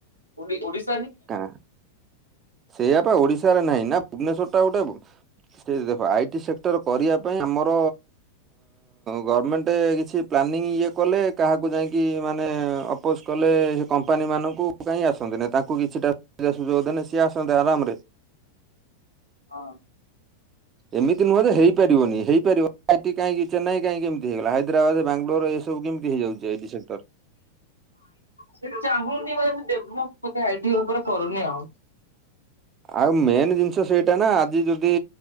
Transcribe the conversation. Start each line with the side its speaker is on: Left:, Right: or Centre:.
Left: ଓଡ଼ି ଓଡ଼ିଶ୍
Right: ନା, ସେଆପ ଓଡିଶାରେ ନାହିଁ ନା ଭୁବନେଶ୍ୱଟା ଗୋଟେ, ସେ ଦେଖ ଆଇ ଟି ସେକ୍ଟର କରିବା ପାଇଁ ଆମର ଗମେଣ୍ଟ କିଛି ପ୍ଲାନିଂ ଇଏ କଲେ କାହାକୁ ଯାଇକି ଇଏ ମାନେ ଅପୋଜ କଲେ, ସେ କମ୍ପାନୀ ମାନଙ୍କୁ କାହିଁ ଆସନ୍ତି ନାହି ତା କୁ କିଛିଟା ସୁବିଧା ସୁଯୋଗ ଦେଲେ ସିଏ ଆସନ୍ତେ ଆରାମରେ
Left: ହଁ।
Right: ଏମିତି ନୁହେଁ ଯେ ହେଇପାରିବନି, ହେଇପାରିବ କାହିଁଟି ଚେନାଇ କାହିଁକି ଏମତି ହେଇଗଲା, ହାଇଦ୍ରାବାଦ ବାଙ୍ଗାଲୋର ଏ ସବୁ କେମିତି ହେଇଯାଉଛି ଆଇଡି ସେକ୍ଟର
Left: ସେ ଚାହୁଁନି ଡେଭଲପ ଆଇଟି ଉପରେ କରୁନି ଆଉ।
Right: ଆଉ ମେନ୍ ଜିନିଷ ସେଇଟା ନା ଆଜି ଯଦି